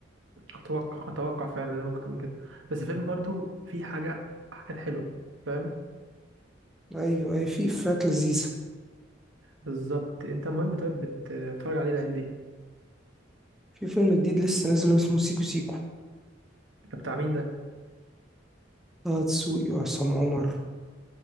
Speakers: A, on the right (about 85°); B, in the centre.
A: اتوقع اتوقع فعلا ان ممكن تكون كده بس الفيلم برضو فيه حاجه حاجات حلوه فاهم
B: ايوه اي في فات لذيذة
A: بالظبط انت مهم طيب بتتفرج عليه الايام دي
B: في فيلم جديد لسه نازل اسمه سيكو سيكو
A: طب بتاع مين ده
B: طه دسوقي وعصام عمر